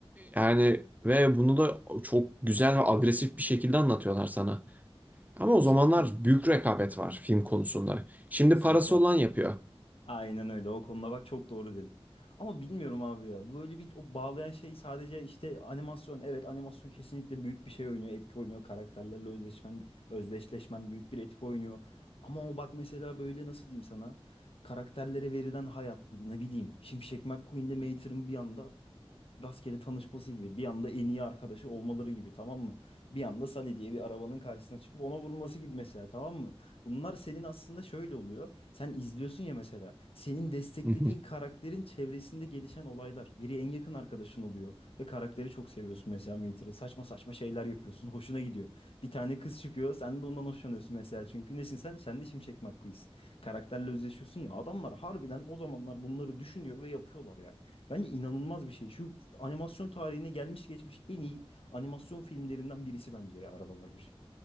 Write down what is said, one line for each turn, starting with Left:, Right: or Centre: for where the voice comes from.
Right: Yani ve bunu da çok güzel ve agresif bir şekilde anlatıyorlar sana. Ama
Left: Kesinlikle.
Right: o zamanlar büyük rekabet var film konusunda. Şimdi
Left: Kesinlikle.
Right: parası olan yapıyor.
Left: Aynen öyle. O konuda bak çok doğru dedin. Ama bilmiyorum abi ya. Böyle bir o bağlayan şey sadece işte animasyon. Evet animasyon kesinlikle büyük bir şey oynuyor. Etki oynuyor. Karakterlerle özdeşmen, özdeşleşmen büyük bir etki oynuyor. Ama o bak mesela böyle nasıl diyeyim sana. Karakterlere verilen hayat ne bileyim. Şimşek McQueen'le Mater'ın bir anda rastgele tanışması gibi. Bir anda en iyi arkadaşı olmaları gibi tamam mı? Bir anda Sally diye bir arabanın karşısına çıkıp ona vurulması gibi mesela tamam mı? Bunlar senin aslında şöyle oluyor. Sen izliyorsun ya mesela. Senin desteklediğin
Right: Hı hı.
Left: karakterin çevresinde gelişen olaylar. Biri en yakın arkadaşın oluyor. Ve karakteri çok seviyorsun mesela Mater'ı. Saçma saçma şeyler yapıyorsun. Hoşuna gidiyor. Bir tane kız çıkıyor. Sen de ondan hoşlanıyorsun mesela. Çünkü nesin sen? Sen de Şimşek McQueen'sin. Karakterle özleşiyorsun ya. Adamlar harbiden o zamanlar bunları düşünüyor ve yapıyorlar ya. Bence inanılmaz bir şey. Şu animasyon tarihine gelmiş geçmiş en iyi animasyon filmlerinden birisi bence ya Arabalar bir.